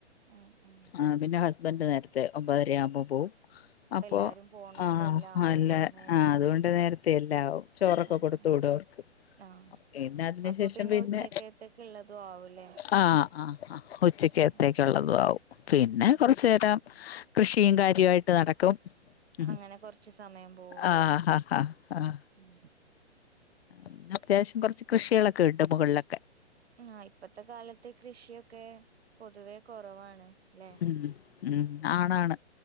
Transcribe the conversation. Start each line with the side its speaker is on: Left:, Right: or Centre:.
Right: ഉം ഉം
Left: ആ പിന്നെ ഹസ്ബന്റ് നേരത്തെ ഒമ്പതര ആവുമ്പ പോവും അപ്പൊ
Right: എല്ലാരും പോണോണ്ട്
Left: ആ
Right: എല്ലാം ആവൂലേ
Left: അല്ല
Right: നേരത്തെ
Left: ആ അതുകൊണ്ട് നേര്ത്തെ എല്ലാവും ചോറൊക്കെ
Right: ആഹ്
Left: കൊടുത്ത്
Right: ആഹ്
Left: വിടും അവർക്ക്
Right: ആഹ്
Left: പിന്നെ അതിന്
Right: അപ്പൊ
Left: ശേഷം പിന്നെ
Right: ഉച്ചക്കത്തേക്ക് ഉള്ളതും ആവൂലേ
Left: ആ ആ ആ ഉച്ചക്കത്തേക്കുള്ളതും
Right: ഉം
Left: ആവും പിന്നെ
Right: ഉം
Left: കൊറച്ചു നേരം കൃഷിയും കാര്യായിട്ട് നടക്കും ഉം
Right: അങ്ങനെ കൊറച്ച് സമയം പോവൂലേ
Left: ആ ഹാ ഹാ ഹ
Right: ഉം
Left: പിന്നെ അത്യാവശ്യം കൊർച്ച് കൃഷികളൊക്കെ ഇണ്ട് മൊകൾലൊക്കെ
Right: ആ ഇപ്പത്തെ കാലത്ത് കൃഷിയൊക്കെ പൊതുവേ കോറവാണ് ലെ
Left: ഉം ഉം ആണാണ്